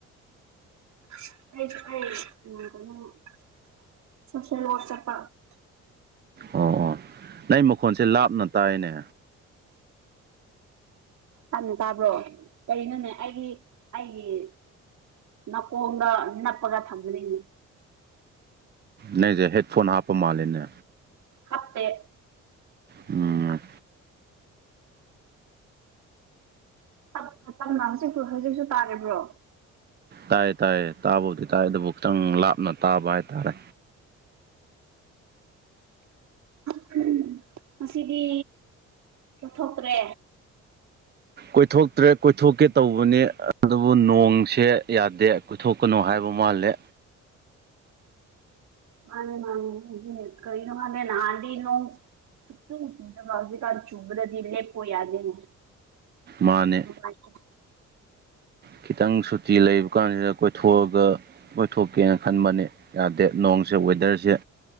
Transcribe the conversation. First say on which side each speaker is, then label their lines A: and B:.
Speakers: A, on the right; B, on the right.
A: <unintelligible>
B: ꯑꯣ ꯑꯣ ꯅꯪ ꯃꯈꯣꯟꯁꯦ ꯂꯥꯞꯅ ꯇꯥꯏꯅꯦ
A: ꯊꯥꯞꯅ ꯇꯥꯕ꯭ꯔꯣ ꯀꯩꯅꯣꯅꯦ ꯑꯩꯒꯤ ꯑꯩꯒꯤ ꯅꯥꯀꯣꯡꯗ ꯅꯞꯄꯒ ꯊꯝꯕꯅꯤꯅꯦ
B: ꯅꯩꯖꯦ ꯍꯦꯠꯐꯣꯟ ꯍꯥꯞꯄ ꯃꯥꯜꯂꯤꯅꯦ
A: ꯍꯥꯞꯄꯦ
B: ꯎꯝ
A: ꯇꯥꯞꯅ ꯇꯥꯞꯅ ꯍꯧꯖꯤꯛ ꯍꯧꯖꯤꯛꯁꯨ ꯇꯥꯔꯤꯕ꯭ꯔꯣ
B: ꯇꯥꯏ ꯇꯥꯏ ꯇꯥꯕꯨꯗꯤ ꯇꯥꯏ ꯑꯗꯨꯕꯨ ꯈꯤꯇꯪ ꯂꯥꯞꯅ ꯇꯥꯕ ꯍꯥꯏꯇꯥꯔꯦ
A: ꯎꯝ ꯉꯁꯤꯗꯤ ꯂꯠꯊꯣꯛꯇ꯭ꯔꯦ
B: ꯀꯣꯏꯊꯣꯛꯇ꯭ꯔꯦ ꯀꯣꯏꯊꯣꯛꯇ꯭ꯔꯦ ꯇꯧꯕꯅꯤ ꯑꯗꯨꯕꯨ ꯅꯣꯡꯁꯦ ꯌꯥꯗꯦ ꯄꯨꯊꯣꯛꯀꯅꯨ ꯍꯥꯏꯕ ꯃꯥꯜꯂꯦ
A: ꯃꯥꯅꯤ ꯃꯥꯅꯦ ꯀꯔꯤꯅꯣ ꯈꯪꯗꯦ ꯅꯍꯥꯟꯗꯤ ꯅꯣꯡ ꯁꯨꯛꯆꯨ ꯆꯨꯗꯕ ꯍꯧꯖꯤꯛꯀꯥꯟ ꯆꯨꯕꯗꯗꯤ ꯂꯦꯞꯄꯣ ꯌꯥꯗꯦꯅꯦ
B: ꯃꯥꯅꯦ
A: ꯅꯨꯡꯉꯥꯏꯇꯦ
B: ꯈꯤꯇꯪ ꯁꯨꯇꯤ ꯂꯩꯕ ꯀꯥꯟꯁꯤꯗ ꯀꯣꯏꯊꯣꯛꯑꯒ ꯀꯣꯏꯊꯣꯛꯀꯦꯅ ꯈꯟꯕꯅꯦ ꯌꯥꯗꯦ ꯅꯣꯡꯁꯦ ꯋꯦꯗꯔꯁꯦ